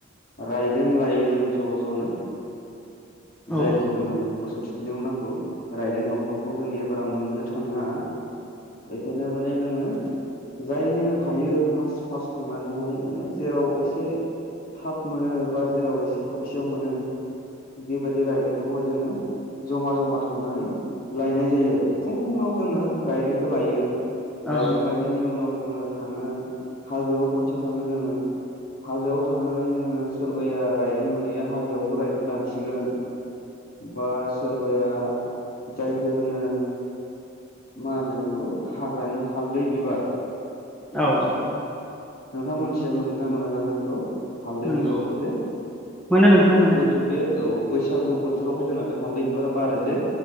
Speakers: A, on the left (about 45°); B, in the centre.
A: रायदों लायो जों ज' ज'नो
B: औ
A: जायखौ जोङो मोसौ थुखैनायाव नांगौ। रायदों दंफांखौ जोंनिया बारा मोननो थाङा? बेखायनो माने जोङो जायनो हायो फार्स्ट फार्स्ट थांनानैहाय माने जेराव एसे थाब मोनो बा जेराव एसे खथियाव मोनो बेबायदि रायदोंखौहाय जोङो जमा जमा थांनानै लायनाय जायो आरो फुङाव जोङो रायदोंंखौ लायो।
B: औ
A: रायदों लायनायनि उनाव जोङो थाङो हाजोआव खनसे थाङो जोङो हाजोआव थांनानै जोङो सोरबाया रायदों मोनैया हाजोआवबो रायदों दानसिगोन। बा सोरबाया जायखौ होनो मा होनो बेखौ हाग्रानि हालदै बिबार
B: औ।
A: नोंथां मोनिया मोनगोन ना मोना जानो बेखौ? हालदै
B: नंगौ
A: बिबारखौ जे
B: मोनो नोंथां मोनो
A: जिहेतु बे औ बैस बैसागु बोथोरावहाय जोंना बे हालदै बिबाराारो जे